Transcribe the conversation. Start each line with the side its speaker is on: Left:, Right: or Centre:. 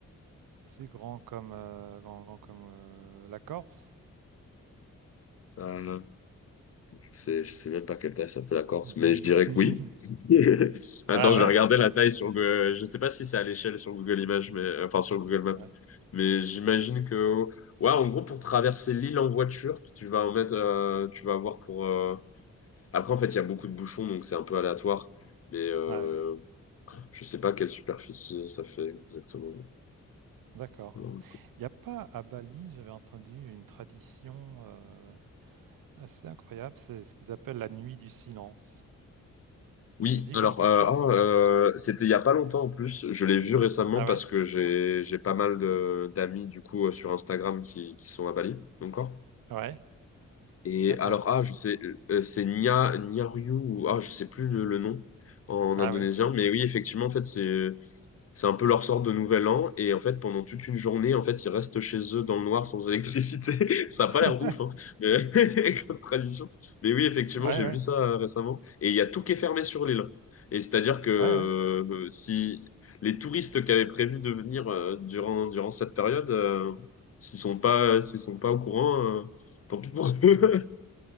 Right: c'est grand comme, heu, grand grand comme, heu, la Corse?
Left: Euh, Je sais, je sais même pas quelle taille ça fait la Corse,
Right: <laughs>
Left: mais je dirais que oui. <laughs> Attends,
Right: Ouais,
Left: je
Right: ouais,
Left: vais regarder
Right: bah, c'est
Left: la
Right: grand,
Left: taille sur Google. Je sais pas si c'est à l'échelle sur Google Images, mais enfin sur Google Maps.
Right: ouais.
Left: Mais j'imagine que ouais, en gros pour traverser l'île en voiture, tu vas en mettre, euh, tu vas avoir pour. euh, Après en fait, il y a beaucoup de bouchons, donc c'est un peu aléatoire. Mais euh,
Right: Ah oui,
Left: je sais pas quelle superficie ça fait exactement.
Right: d'accord.
Left: Non.
Right: Il n'y a pas à Bali, j'avais entendu une tradition euh, assez incroyable, c'est ce qu'ils appellent la nuit du silence.
Left: Oui,
Right: Ça dit
Left: alors
Right: quelque
Left: euh,
Right: chose?
Left: ah, euh, c'était il y a pas longtemps en plus. Je l'ai vu récemment
Right: Ah
Left: parce
Right: ouais?
Left: que j'ai j'ai pas mal de d'amis du coup euh, sur Instagram qui, qui sont à Bali encore.
Right: Ouais,
Left: Et
Right: d'accord.
Left: alors ah je sais euh, c'est Nia Nia Ryu ou ah je sais plus le, le nom en
Right: Ah
Left: indonésien,
Right: ouais.
Left: mais oui effectivement en fait c'est c'est un peu leur sorte de nouvel an. Et en fait, pendant toute une journée, en fait, ils restent chez eux dans le noir sans électricité. <laughs> Ça
Right: <laughs>
Left: a pas l'air ouf, hein, mais... <laughs> comme tradition. Mais oui, effectivement,
Right: Ouais,
Left: j'ai
Right: ouais,
Left: vu ça euh, récemment. Et il y a tout qui est fermé sur l'île. Et c'est-à-dire que
Right: ouais, ouais.
Left: euh, si les touristes qui avaient prévu de venir euh, durant, durant cette période, euh, s'ils sont pas, s'ils sont pas au courant, euh, tant pis pour eux.